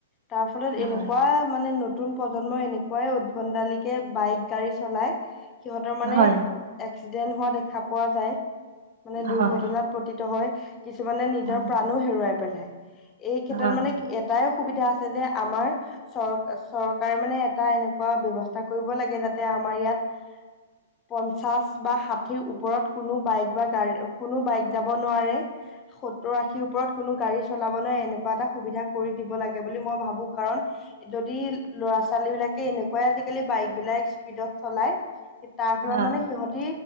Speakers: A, on the left; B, on the right.
A: তাৰ ফলত এনেকুৱা
B: হয়
A: মানে নতুন প্ৰজন্ম এনেকুৱাই ভণ্ডালিকে বাইক গাড়ী চলাই সিহঁতৰ মানে
B: হয়
A: এক্সিডেণ্ট হোৱা দেখা পোৱা যায় মানে
B: হয়
A: দুৰ্ঘটনাত
B: হয়
A: পতিত হয়। কিছুমানে নিজৰ
B: হয়
A: প্ৰাণো হেৰুৱাই পেলাই, এই ক্ষেত্ৰত
B: হয়
A: মানে এটাই সুবিধা আছে যে আমাৰ চৰ চৰকাৰে মানে এটা এনেকুৱা এনেকুৱা ব্যবস্থা কৰিব লাগে যাতে আমাৰ ইয়াত পঞ্চাশ বা ষাঠিৰ ওপৰত কোনো বাইক বা গাড়ী কোনো বাইক যাব নোৱাৰে, সত্তৰ আশীৰ ওপৰত কোনো গাড়ী চলাব নোৱাৰে এনেকুৱা এটা সুবিধা কৰি দিব লাগে, বুলি মই ভাবো কাৰণ, যদি ল'ৰা ছোৱালী বিলাকে এনেকুৱা হয় আজিকালি বাইক বিলাক এনেকুৱা স্পীদত চলাই তাৰ ফলত
B: হয়
A: মানে সিহতি